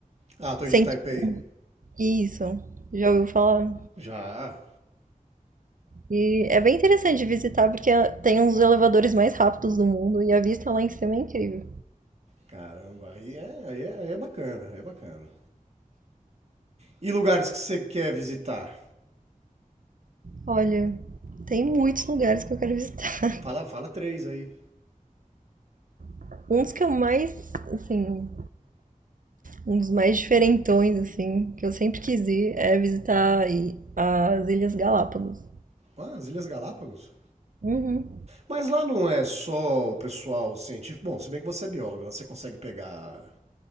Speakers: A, on the right (about 50°); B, on the right (about 70°).
A: Ah, Torre
B: sem
A: de Taipei.
B: isso, já ouviu falar?
A: Já.
B: E é bem interessante de visitar porque tem um dos elevadores mais rápidos do mundo e a vista lá em cima é incrível.
A: Caramba, aí é, aí é, aí é bacana, aí é bacana. E lugares que você quer visitar?
B: Olha, tem muitos lugares que eu quero visitar.
A: Fala, fala três aí.
B: <laughs> Um dos que eu mais, assim, Um dos mais diferentões, assim, que eu sempre quis ir é visitar aí as Ilhas Galápagos.
A: Ah, as Ilhas Galápagos.
B: Uhum.
A: Mas lá não é só o pessoal científico. Bom, se bem que você é biólogo, lá você consegue pegar